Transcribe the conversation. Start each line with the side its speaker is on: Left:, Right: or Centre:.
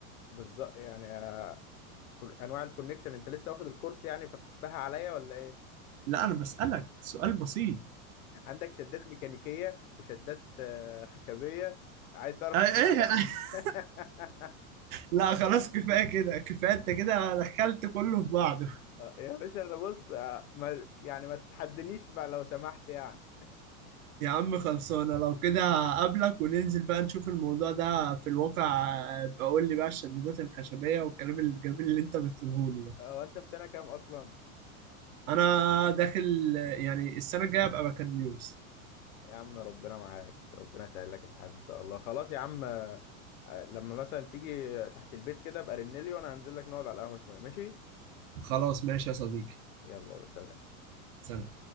Left: بالظبط يعني آه، كل- انواع الكونكشن انت لسه واخد الكورس يعني فبتتباهى عليا ولا ايه
Right: لا أنا بسألك سؤال بسيط
Left: عندك شدات ميكانيكيه وشدات آه، خشبيه عايز تعرف
Right: آه إيه
Left: الشدات
Right: <laughs>
Left: <laughs>
Right: لا خلاص كفاية كده كفاية أنت كده دخلت كله في بعضه
Left: آه، يا باشا انا بص آه، ما يعني ما تتحدنيش بقى لو سمحت يعني
Right: يا عم خلصانة لو كده قابلك وننزل بقى نشوف الموضوع ده في الواقع آه، بقول لي بقى الشدادات الخشبية والكلام الجميل اللي أنت بتقوله لي ده
Left: هو انت في سنه كام اصلا
Right: انا داخل يعني السنه الجايه ابقى بكالوريوس
Left: يا عم ربنا معاك ربنا يسهل لك الحال ان شاء الله خلاص يا عم آه، لما مثلا تيجي تحت البيت كده ابقى رنلي وانا هنزل لك نقعد على القهوة شوية ماشي
Right: خلاص ماشي يا صديقي
Left: يلا يا سلام
Right: سلام